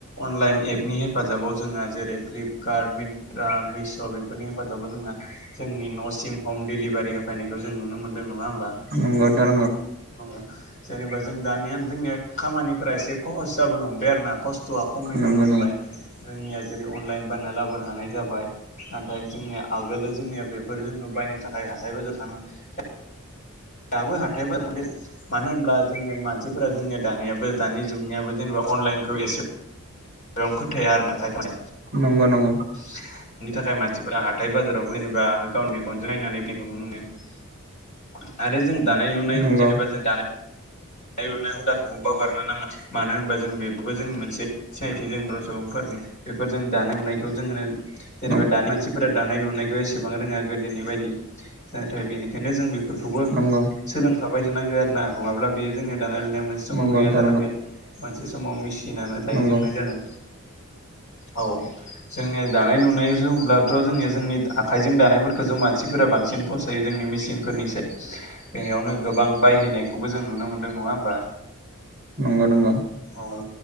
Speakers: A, on the left; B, on the right.
A: अनलाइन एपनि हेफाजाबाव जोंहा जेरै फ्लिपकार्ट मिन्ट्रा मिश' बेफोरनि हेफाजाबाव जोंहा जोंनि न'सिम हम डेलिभारि होफैनायखौ जों नुनो मोनदों नङा होमबा।
B: नंगौ नंगौ नोंथां
A: <unintelligible> जेनेबा जों दानियानो जोंनिया खामानिफोरा एसे खहस जाबोनो हमबाय आरोना। थ'आ खमिबोनो
B: नंगौ
A: हमबाय
B: नंगौ
A: जोंनिया जेरै अनलाइन बायना लाबोनो हानाय जाबाय। नाथाय जोंनिया आगोलो जोंनिया बेफोर जोङो बायनो थाखाय हाथाय बाजार थांनांगौ दाबो हाथाय <unintelligible> मानो होनब्ला जोङो मानसिफोरा जोंनिया दानियाबो दानि जुगनियाबो जेनेबा अनलाइनखौ एसे बेयावनो फोथाया आरो ना खायफाया।
B: नंगौ नंगौ।
A: बिनि थाखाय मानसिफोरा हाथाय बाजाराव बेनबा गावनि मेगनजों नायनानैनायखौ नुनो मोनो। आरो जों दानाय लुनाय
B: नंगौ
A: जेनेबा जों दानाय दानाय लुनाय हुदाखौबो बावगारनो नाङा मानो होनबा जों बेफोरबो जोंनि मोनसे सिनायथि जों बर' सुबुंफोरनि बेफोरजों दानाय लुनायखौ जोंङो जेनेबा
B: नंगौ
A: दानो मानसिफोरा दानाय लुनायखौ एसेबां रोङा गोदोनि बायदि नाथाय बेनिखायनो जों बे फोरखौबो
B: नंगौ
A: सोलोंफाबाय थानांगौ आरोना नङाब्ला बेयो जोंनि दानाय लुनाया मोनसे समाव
B: नोंथां
A: गैया जालांगोन मोनसे समाव मेसिनानो दाहैजोबनाय
B: नंगौ
A: जागोन। औ। जोंनिया दानाय लुनाय होनब्लाथ' जोंनिया जोंनि आखाइजों दानायफोरखौ जों मानसिफोरा बांसिन फसायो जोंनि मेचिनफोरनिसाय। बेयावनो गोबां बायहोनायखौबो जों नुनो मोनदों नङा होमबा।
B: नंगौ नंगौ।
A: औ।